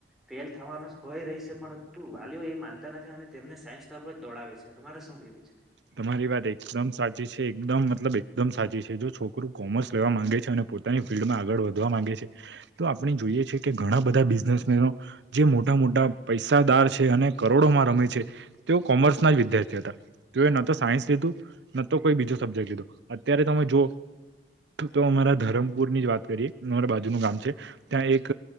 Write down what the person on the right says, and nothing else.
તમારી વાત એકદમ સાચી છે. એકદમ મતલબ એકદમ સાચી છે. જો છોકરું કોમર્સ લેવા માંગે છે અને પોતાની ફિલ્ડમાં આગળ વધવા માંગે છે તો આપણે જોઈએ છીએ કે ઘણાં બધાં બિઝનેસમેનો જે મોટા મોટા પૈસાદાર છે. અને કરોડોમાં રમે છે. તેઓ કોમર્સના જ વિદ્યાર્થી હતા. તુયે નતો સાયન્સ લીધું નતો કોઈ બીજો સબ્જેક્ટ લીધો અત્યારે તમે જો તો અમારા ધરમપુરની જ વાત કરીએ અમારા બાજુનું ગામ છે ત્યાં એક